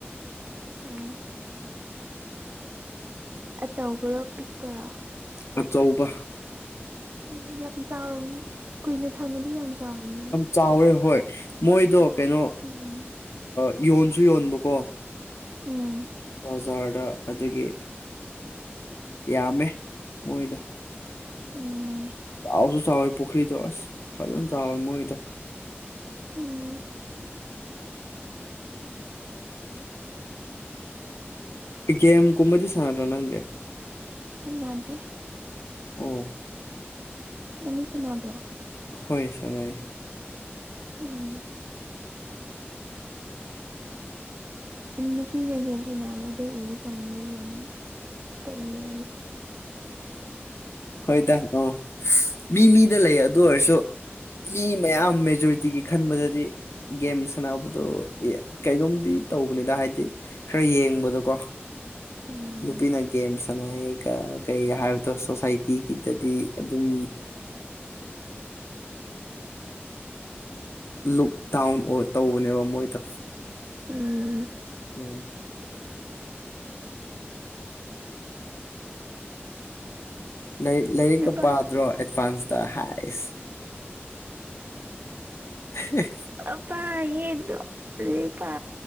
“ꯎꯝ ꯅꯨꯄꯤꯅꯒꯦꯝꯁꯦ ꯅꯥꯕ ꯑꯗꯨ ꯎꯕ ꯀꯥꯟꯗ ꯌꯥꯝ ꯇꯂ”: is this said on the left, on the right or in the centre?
Right